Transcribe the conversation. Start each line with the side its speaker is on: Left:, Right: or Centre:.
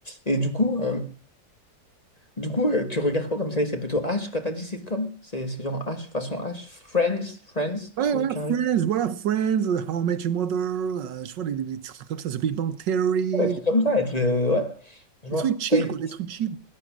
Left: Et du coup, euh, Du coup, euh, tu regardes quoi comme série? C'est plutôt H quand t'as dit sitcom? C'est c'est genre H, façon H, Friends, Friends,
Right: Ouais,
Left: chez
Right: voilà,
Left: Carrie.
Right: Friends, voilà, Friends, How I Met Your Mother, euh, je vois des, des- des trucs comme ça, The Big Bang Theory,
Left: Ouais, des comme ça, être euh, ouais. Je vois.
Right: des trucs chill,
Left: C'est-à-dire-
Right: quoi, des trucs chill.